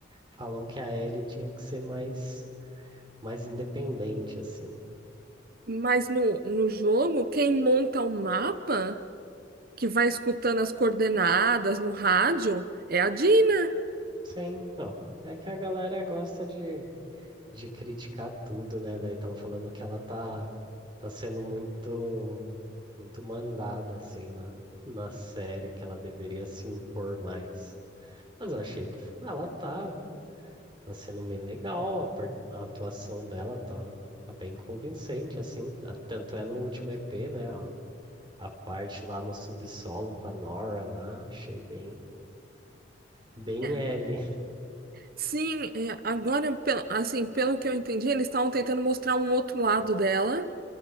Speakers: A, on the right; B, on the right.
A: falam que a Ellie tinha que ser mais, mais independente, assim.
B: Mas no, no jogo, quem monta o mapa, que vai escutando as coordenadas no rádio, é a Dina.
A: Sim, não. É que a galera gosta de de criticar tudo, né? Daí estão falando que ela tá, tá sendo muito, muito mandada, assim, na, na série, que ela deveria se impor mais. Mas eu achei que ela tá, tá sendo bem legal, a, par- a atuação dela tá, tá bem convincente, assim. tá- Tanto é no último EP, né? A, a parte lá no subsolo com a Nora lá, achei bem, bem
B: É.
A: L.
B: Sim, é, agora, pelo- assim, pelo que eu entendi, eles estavam tentando mostrar um outro lado dela